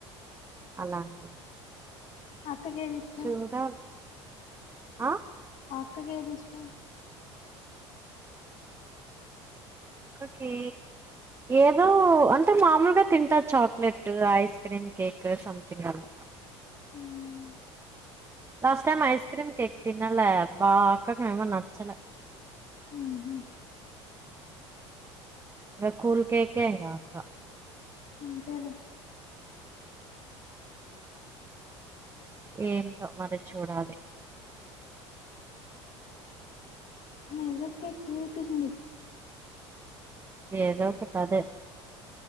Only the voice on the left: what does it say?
అక్కకేదిష్టం.
అక్క కేదిష్టం.
మ్
మ్ హు
అంతేలే
నేలక్ ఎక్కువైపోయింది.